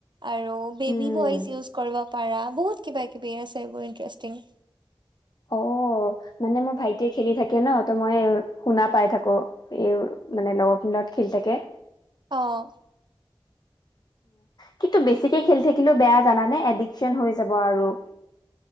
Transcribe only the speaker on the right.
আৰু বেবি
ভইচ ইজ কৰিব পাৰা বহুত কিবা কিবি আছে বু ইণ্টাৰেষ্টিং
আহঁ